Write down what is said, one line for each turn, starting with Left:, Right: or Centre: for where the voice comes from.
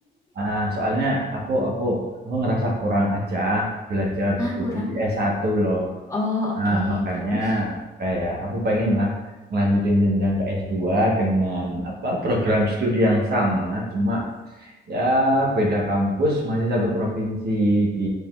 Right: ah, soalnya aku aku aku ngerasa kurang aja belajar
Left: Ah,
Right: studi
Left: kurang.
Right: di s satu loh.
Left: Oh, oke.
Right: Nah, makanya
Left: Terus,
Right: kayak aku pengen lah ngelanjutin jenjang ke s dua dengan apa program studi yang sama, cuma Ya, beda kampus, masih satu provinsi di